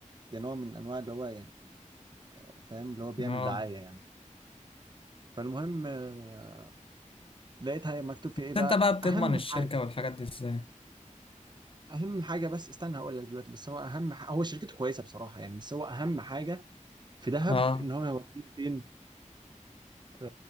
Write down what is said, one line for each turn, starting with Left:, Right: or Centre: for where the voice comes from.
Right: كنوع من انواع اللي هو يعني آه، فاهم اللي هو بيعمل
Left: اه
Right: دعايه يعني فالمهم آه، لقيتها مكتوب فيه
Left: بس
Right: ايه بقى
Left: انت بقى بتضمن
Right: اهم
Left: الشركة
Right: حاجه
Left: والحاجات دي ازاي
Right: اهم حاجه بس استنى هقول لك دلوقتي بس هو اهم ح... هو شركته كويسه بصراحه يعني بس هو اهم حاجه في دهب
Left: اه
Right: ان هو هيوديك فين في